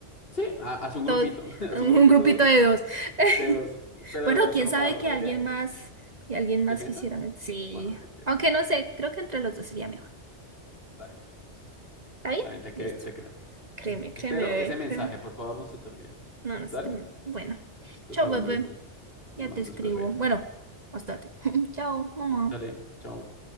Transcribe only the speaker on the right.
todos,
<laughs>
un
grupito de dos. <laughs>
Bueno, quién
sabe
que
alguien
más, y alguien más
quisiera met- Sí,
aunque
no sé, creo que entre los dos sería mejor.
¿Está bien?
Listo.
Créeme, créeme,
bebé,
créeme.
No, no se
te me... Bueno,
chao,
bebé.
Ya
te escribo.
Bueno, más tarde. <laughs> Chao, mamá.